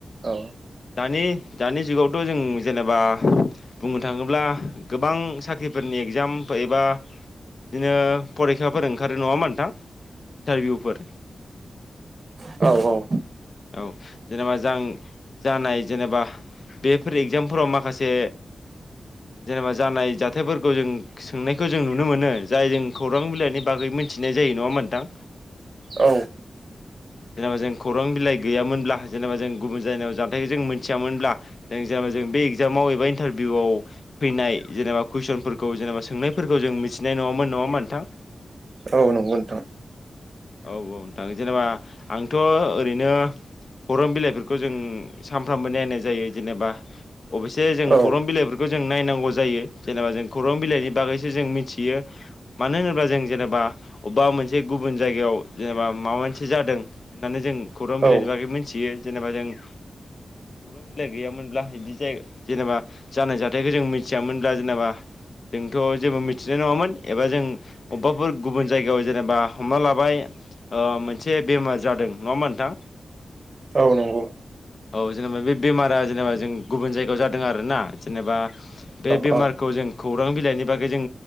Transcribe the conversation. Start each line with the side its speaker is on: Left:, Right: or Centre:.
Right: औ
Left: दानि दानि जुगावथ' थ' जों जेनेबा बुंनो थाङोब्ला गोबां साख्रिफोरनि एगजाम एबा बिदिनो फरिखाफोर ओंखारो नङामोन नोंथां इन्टारभिउफोर
Right: औ औ
Left: औ जेनेबा जां जानाय जेनेबा बेफोर एगजामफोराव माखासे जेनेबा जानाय जा जाथायफोरखौ जों सोंनायखौ जों नुनो मोनो जाय जों खौरां बिलाइनि बागै मोनथिनाय जायो नङा होनबा नोंथां
Right: औ
Left: जेनेबा जों खौरां बिलाइ गैयामोनब्ला जेनेबा जों गुबुन जायगायाव जानथायखौ जों मिथियामोनब्ला जों जेनेबा जों बे इक्जामाव एबा इनटारभिउ फैनाय जेनेबा कुइसनफोरखौ जेनेबा सोंनायफोरखौ जों मिथिनाय नङामोन नङा होनबा नोंथां
Right: औ नंगौ नोंथां
Left: औ औ नोंथां जेनेबा आंथ' ओरैनो खौरां बिलाइफोरखौ जों सानफ्रामबो नायनाय जायो जेनेबा अबयसे जों
Right: औ
Left: खौरां बिलाइफोरखौ जों नायनांगौ जायो जेनेबा जों खौरां बिलाइनि बागैसो जों मिथियो मानो होनोब्ला जों जेनेबा अबेबा मोनसे गुबन जायगायाव जेनेबा माबा मोनसे जादों होननानै जों खौरां बिलाइनि
Right: औ
Left: बागै मिथियो जेनेबा जों <inaudible> खौरां बिलाइ गैयामोनब्ला बिदि जाय जेनेबा जानाय जाथायखौ जों मिथियामोनब्ला जेनेबा जोंथ' जेबो मिथिनाय नङामोन एबा जों अबेबाफोर गुबुन जायगायाव जेनेबा हमना लाबाय मोनसे बेमार जादों नङा होनबा नोंथां
Right: नोंगौ।
Left: औ जेनेबा बे बेमारा जेनेबा जों गुबुन जायगायाव जादों आरोना जेनेबा बे
Right: औ
Left: बेमारखौ
Right: औ
Left: जों खौरां बिलाइनि बागै जों